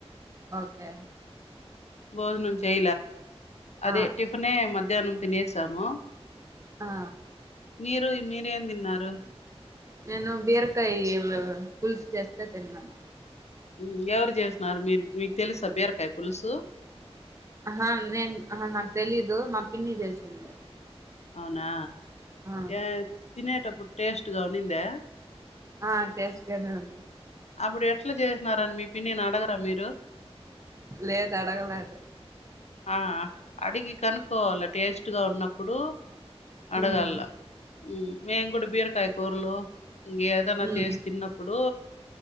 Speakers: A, on the right; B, on the left.
A: ఓకే
B: బోద్ నుంచి అదే
A: ఆ
B: టిఫినే మధ్యాహ్నం తినేసాము
A: ఆ
B: మీరు మీరేం తిన్నారు
A: నేను బీరకాయ పుల్సు చేస్తే తిన్నాను
B: హు ఎవరు చేసిన్నారు మీరు మీకు తెలుసా బీరకాయ పులుసు
A: ఆహా నేను నాకు తెలీదు మా పిన్ని చేసింది
B: అవునా
A: ఆ
B: ఏ తినేట అప్పుడు టేస్ట్ గా ఉండిందా
A: ఆ టేస్ట్ గానే ఉంది
B: అప్పుడు ఎట్లా చేసినారని మీ పిన్నిని అడగరా మీరు
A: లేదు అడగలేదు
B: ఆ ఆ అడిగి కనుక్కోవాలి టేస్ట్ గా ఉన్నప్పుడు అడగాల్లా
A: ఉమ్
B: హు మేము కూడా బీరకాయ కూరలు ఇంక ఏదన్నా
A: ఉమ్
B: చేసి తిన్నప్పుడు